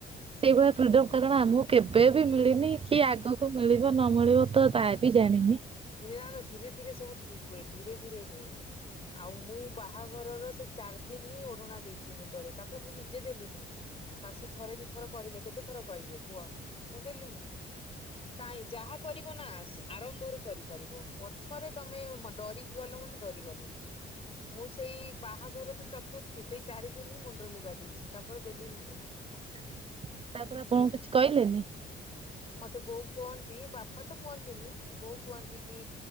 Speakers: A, on the right; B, on the left.
A: ସେଇଭଳିଆ ଫ୍ରିଡମ କାରଣ ଆମକୁ କେବେ ବି ମିଳିନି କିଏ ଆଗକୁ ମିଳିବ ନ ମିଳିବ ତ ତା ବି ଜାଣିିନି।
B: ନା ନା ଧୀରେ ଧୀରେ ସବୁ ଠିକ୍ ହୁଏ ଧୀରେ ଧୀରେ ହୁଏ। ଆଉ ମୁଁ ବାହାଘରର ସେଇ ଚାରି ଦିନ ହିଁ ଓଢଣା ଦେଇଛି ମୁଣ୍ଡରେ ତାପରେ ମୁଁ ନିଜେ ଦେଲି ନି। ଶାଶୁ ଥରେ ଦି ଥର କହିଲେ କେତେ ଥର କହିବେ କୁହ ମୁଁ ଦେଲିନି। କାଇଁ ଯାହା କରିବ ନା ଆରମ୍ଭରୁ କରିବୁ। ପଛରେ ତମେ ଡରିକି ଗଲ ମାନେ ଡରି ଗଲ। ମୁଁ ସେଇ ବାହାଘର ଟୁ ଚତୁର୍ଥୀ ସେଇ ଚାରି ଦିନ ହିଁ ମୁଣ୍ଡରେ ଲୁଗା ଦେଇଛି ତାପରେ ଦେଲି ହିଁ ମୁଁ।
A: ହ ତାପରେ
B: ହୁଁ।
A: ଆପଣଙ୍କୁ କିଛି କହିଲେନି।
B: ମତେ ବୋଉ କୁହନ୍ତି ବାପା ତ କୁହନ୍ତିନି ବୋଉ କୁହନ୍ତି କି